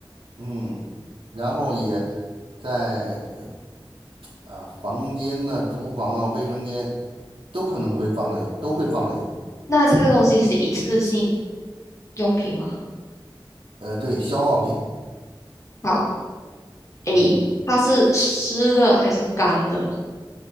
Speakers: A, on the right; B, on the left.
A: 嗯，然后也在呃啊房间呢、厨房啊、卫生间都可能会放的有，都会放的有。
B: 那这个东西是一次性用品吗？
A: 呃，对，消耗品，
B: 好，诶，
A: 嗯，
B: 它是湿的还是干的？